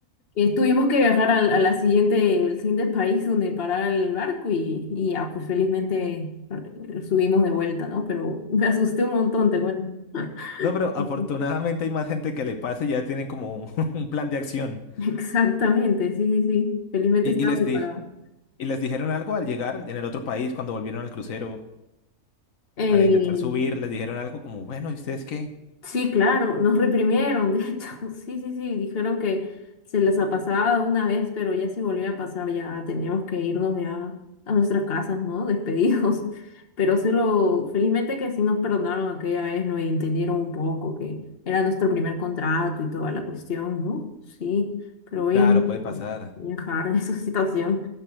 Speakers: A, on the left; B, on the left.
A: eh, tuvimos que viajar al, a la siguiente, el siguiente país donde parar el barco y, y ya, pues felizmente eh, subimos de vuelta, ¿no? Pero <laughs> me asusté un montón, te cuento. <laughs>
B: No, pero afortunadamente
A: Ujú.
B: hay más gente que le pasa y ya tienen como <laughs> un plan de acción.
A: Exactamente, sí, sí, sí. Felizmente
B: Y,
A: estaba
B: y les
A: preparado.
B: di, y les dijeron algo al llegar en el otro país, cuando volvieron al crucero,
A: Eh,
B: al intentar subir, les dijeron algo como, bueno, ¿y ustedes qué?
A: Sí, claro, nos reprimieron, de hecho, <laughs> sí, sí, sí, dijeron que se las ha pasado una vez, pero ya si volvía a pasar, ya teníamos que irnos ya a nuestras casas, ¿no? Despedidos. <laughs> Pero sí lo, felizmente que sí nos perdonaron aquella vez, ¿no? Y entendieron un poco que era nuestro primer contrato y toda la cuestión, ¿no? Sí, pero bien,
B: Claro, puede pasar.
A: bien hard <laughs> en esa situación.